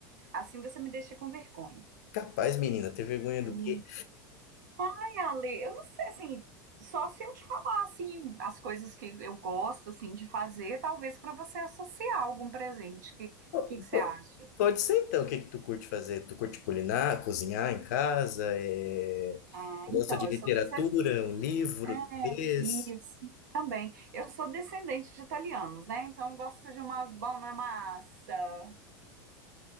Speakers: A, on the right (about 60°); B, on the left (about 55°).
A: Assim você me deixa com vergonha.
B: Capaz, menina, ter vergonha do
A: Hum.
B: quê?
A: Ai, Ale, eu não sei, assim, só se eu te falar, assim, as coisas que eu gosto, assim, de fazer, talvez para você associar algum presente. O que,
B: Po-
A: que que você
B: po-
A: acha?
B: Pode ser, então, o que que tu curte fazer? Tu curte culinar, cozinhar em casa, é...
A: Ah,
B: gosta
A: então,
B: de
A: eu
B: literatura,
A: sou descendente.
B: um livro,
A: É,
B: talvez?
A: isso, também. Eu sou descendente de italianos, né? Então, eu gosto de uma boa massa.